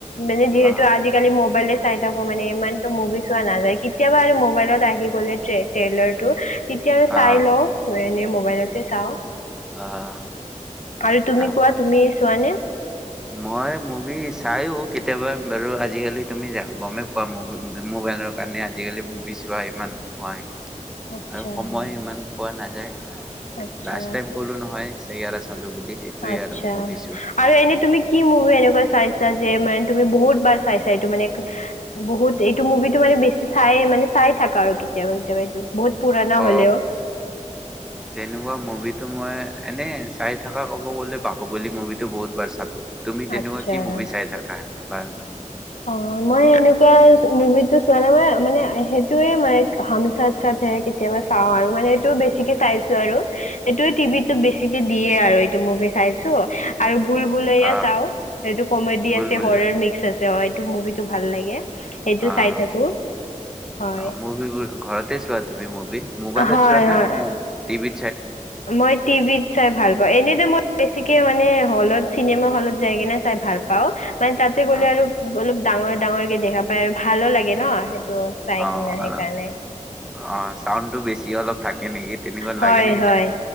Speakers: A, on the left; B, in the centre.
A: মানে যিহেতু
B: অ
A: আজিকালি মবাইলে চাই থাকো মানে ইমানতো মুভি চোৱা নাযায় কেতিয়াবা আৰু মোবাইলত আহি গলে ট্ৰেইলৰ টো। তেতিয়া আৰু
B: অ
A: চাই লওঁ এনে মো মোবাইলতে চাওঁ।
B: অ'
A: আৰু তুমি
B: আ
A: কোৱা, তুমি চোৱা নে?
B: মই মুভি চাইও কেতিয়াবা বাৰু আজিকালি তুমি গমেই পোৱা, মোবাইলৰ কাৰণে আজিকালি মুভি চোৱা ইমান নহয়।
A: আচ্ছা
B: আৰু সময়
A: হয়
B: ইমান পোৱা নাই। যায়
A: আচ্ছা
B: লাষ্টটাইম কলো নহয় <unintelligible> সেইটোৱে
A: আচ্ছা
B: আৰু মুভি চোৱা।
A: আৰু এনেই তুমি কি মুভি এনেকুৱা চাইছা যে তুমি বহুত বাৰ চাইছা এইটো মানে, বহুত এইটো মুভিটো মানে বে চাই মানে, চাই থাকা আৰু কেতিয়াবা-কেতিয়াবা এইটো, বহুত পুৰণা হলেও।
B: অ তেনেকুৱা মুভিটো মই এনে চাই থকা ক'ব গ'লে বাহুবলী মুভিটো বহুত বাৰ চালো। তুমি তেনেকুৱা
A: আচ্ছা
B: কি মুভি চাই থাকা বাৰ-বাৰ?
A: অ মই এনেকুৱা মুভিটো চোৱা নাই, ম মানে সেইটোয়ে মই হাম সাথ-সাথ হে কেতিয়াবা চাও আৰু মানে এইটো বেছিকে চাইছো আৰু এইটোয়ে টিভিটো বেছিকে দিয়ে আৰু এইটো মুভি চাই চো আৰু বুলবুলাইয়া।
B: আহ
A: চাও, সেইটো কমেডি
B: বুল
A: আছে
B: বুলিয়া
A: হৰৰ মিক্স আছে অ মুভিটো ভাল লাগে। সেইটো
B: অ, অ,
A: চাই থাকো হয়
B: মভিবোৰ, ঘৰতে চোৱা তুমি মভি? মোবাইল
A: হয়
B: চোৱা না
A: হয়
B: ম টিভি
A: মই টিভিত চাই ভাল পাওঁ এনে যে মই বেছিকে মানে হলত, চিনেমা হলত যায় কেনে চাই ভাল পাও। মানে তাতে গ'লে
B: অ
A: আৰু অলপ ডাঙৰ-ডাঙৰকে দেখা পায় ভালো লাগে ন সেইটো চাই
B: অ,
A: কিনে
B: অল,
A: সেইকাৰণে
B: অ, চাউণ্ডটো বেছি অলপ থাকে নেকি তেনেকুৱা
A: হয়,
B: লাগে নে কেতিয়াবা?
A: হয়,